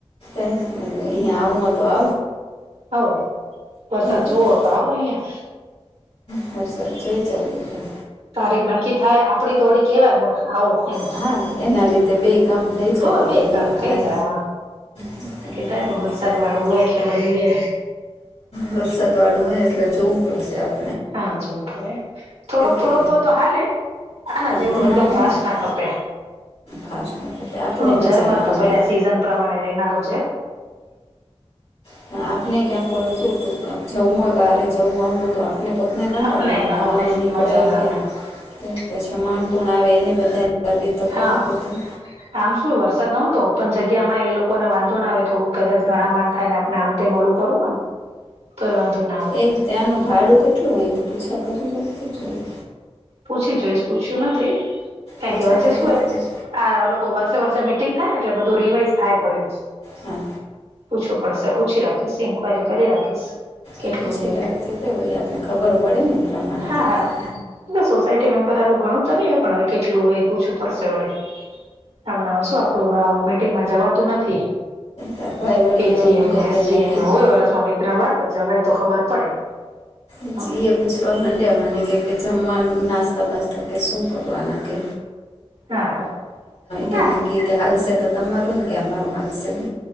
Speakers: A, on the left; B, on the right.
A: અહીયા આવું તો આવજ
B: હોવ વરસાદ
A: કીધું
B: જોવો તો આવો અહિયાં
A: વરસાદ જોય જાવ કીધું.
B: તારીખ નક્કી થાય આપડી તો વળી કેવાય આવું એમ
A: હા એના લીધે. કામ થઈ જાય
B: હો
A: કે
B: બે
A: એમની
B: કામ થઈ
A: બાર
B: જાય.
A: પણ
B: કેતા
A: આપણે
B: પણ વરસાદવાળું
A: હજી
B: હોય એટલે વળી એ
A: વરસાદવાળું હોય એટલે જોવું પડશે આપ
B: હા જોવું પડે થોડોક
A: કે
B: થોડોક હોય તો હાલે આના
A: પણ
B: જેવડું
A: ઘણો
B: એકદમ
A: હોય
B: ફાસ્ટ
A: ને
B: ના ખપે.
A: ફાસ્ટ એટલે આપને
B: થોડોક
A: મજા
B: ઝરમર
A: ના
B: તો
A: આવે
B: ભલે આ સીઝન પ્રમાણે રહેેનાર છે.
A: હા આપને ક્યાં કજો જવું હોય બારે જવું આવું હોય તો આપ અને પોતને કંટાળો
B: આપને
A: આવે
B: હા
A: આવામાં
B: વરસાદમાં
A: નીકળે
B: મજા ના
A: ક્યાં
B: આવે
A: તો પછી માણ સો આવે એને બધા કરવી તો પડે
B: હા
A: બધું
B: આમ શું વરસાદ નો હોય પણ જગ્યામાં એ લોકો ને વાંધો ના આવે થોડુંક કદાચ ઘણા માણ થાય ને આમ તેમ ઓલું કરું હો ને તોય વાંધો ના આવે
A: એ ત્યાંનું ભાડું કેટલું હોય તો પૂછા કરી રાખત જોય.
B: પૂછી જોઈશ પૂછ્યું નથી કેમ
A: પૂછા
B: કે વચ્ચે
A: કરી
B: શું એ
A: જોઈ
B: આ લોકો વર્ષ વર્ષે મિટિંગ થાય ને એટલે બધ રીવાઈઝ થાય પડ્યું.
A: હા.
B: પૂછવું પડશે પૂછી રાખીશ ઇન્કવાયરી કરી રાખીશ. કેટલું
A: એ પૂછી રાખતી તે વળી આપને ખબર પડે ને એ પ્રમાણે
B: હા
A: તો ઉત્તર
B: હા સોસાયટી મેમ્બર ગણું તો ન હોય પણ હવે કેટલું હોય પૂછવું પડશે વળી હમણાં આવશું આપડું હમણાં મીટિંગમાં જવાતું નથી.
A: તાર ભાઈ વળી
B: એજીએમને
A: કહેવા માંડે કે
B: એસજીએમને
A: નક્કી
B: હોય વરસમાં બે ત્રણ વાર તો જવાય તો ખબર પડે.
A: પછી
B: હા
A: એ પૂછવા માંડ્યા મને કે કે જમવાનું નાસ્તા બાસ્તા કે શું કરવાના કે
B: હા હા
A: કે નક્કી હાલશે તો તમારું ને કે અમારું હાલશે ન